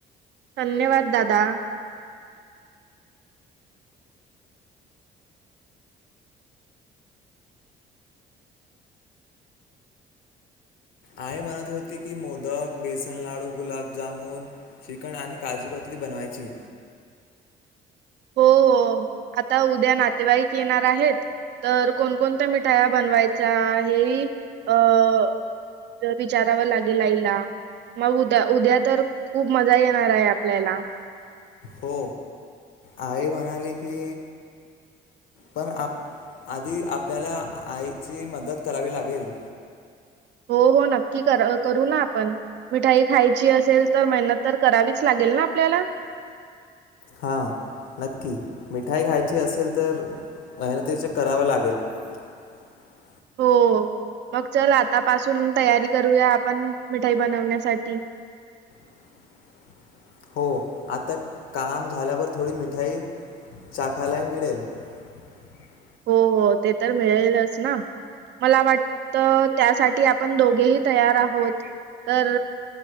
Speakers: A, on the right; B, on the left.
A: धन्यवाद दादा.
B: आई म्हणत होते की मोदक, बेसन लाडू, गुलाबजामून, चिकन आणि काजूकतली बनवायची.
A: हो आता उद्या नातेवाईक येणार आहेत. तर कोणकोणत्या मिठाया बनवायच्या हे अं विचारावं लागेल आईला. मग उद्या उद्या तर खूप मजा येणार आहे आपल्याला.
B: हो आई म्हणाली की पण आप आधी आपल्याला आईची मदत करावी लागेल.
A: हो, हो नक्की करू ना आपण मिठाई खायची असेल तर मेहनत तर करावीच लागेल. आपल्याला
B: हा. नक्की मिठाई खायची असेल तर मेहनतीचं करावं लागेल. <unintelligible>
A: हो. मग चल आतापासून तयारी करूया आपण मिठाई बनवण्यासाठी.
B: <unintelligible> आता काम झाल्यावर थोडी मिठाई चाखायलाही मिळेल. <unintelligible>
A: हो, हो ते तर मिळेलच ना. मला वाटत त्यासाठी आपण दोघेही तयार आहोत. तर